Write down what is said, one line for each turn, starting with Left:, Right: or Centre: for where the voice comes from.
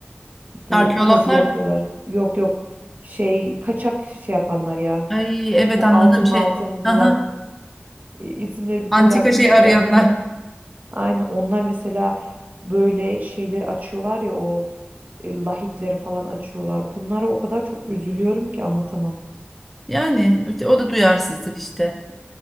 Right: Bu
Centre: Arkeologlar
Right: kazı yapıyorlar. Yok yok şey kaçak şey yapanlar ya.
Centre: ay evet
Right: Bu
Centre: anladım
Right: altın maltın
Centre: şey aha,
Right: bulan e, isimleri bir
Centre: antika
Right: türlü aklıma
Centre: şey
Right: gelmedi.
Centre: arayanlar
Right: Aynen onlar mesela böyle şeyleri açıyorlar ya o e, lahitleri falan açıyorlar. Bunlara o kadar çok üzülüyorum ki anlatamam.
Centre: yani işte o da duyarsızlık işte.